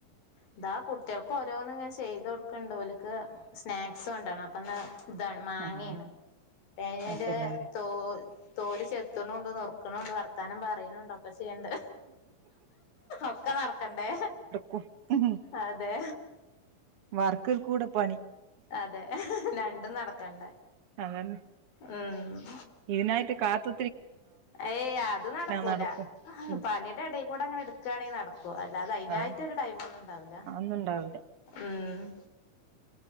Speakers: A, on the left; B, on the right.
A: ഇതാ കുട്ടികൾക്ക് ഓരോന്നും ഇങ്ങനെ ചെയ്ത് കൊട്ക്ക്ണ്ട്, ഓൽക്ക് സ്നാക്സ് കൊണ്ടോണം അപ്പന്ന്... താണ് മാങ്ങേണ്,
B: ആഹ്
A: തേങ്ങന്റെ
B: അത് ശരിയാ
A: തോ തോല് ചെത്ത്ണുണ്ട് നുറുക്കണുണ്ട് വർത്താനം പറയണുണ്ട്, ഒക്കെ ചെയ്യണ്ട്. ഒക്കെ നടക്കണ്ടേ?
B: കുട്ടി
A: അതെ.
B: വർക്കിൽ കൂടെ പണി.
A: അതെ, രണ്ടും നടക്കണ്ടേ?
B: അതന്നെ.
A: ആഹ്
B: ഇതിനായ്ട്ട് കാത്ത്
A: ഏയ് അത് നടക്കൂല,
B: നടക്കും ഉം
A: പണിയുടെ എടെകൂടെങ്ങനെ ട്ത്ത് ഇട്ക്കണെങ്കി നടക്കും, അല്ലതെതിനായിട്ടൊരു
B: അതന്നെ
A: ടൈം ഒന്നും ണ്ടാവ് ല്ല.
B: അതൊന്നും ണ്ടാവില്ല.
A: ആഹ്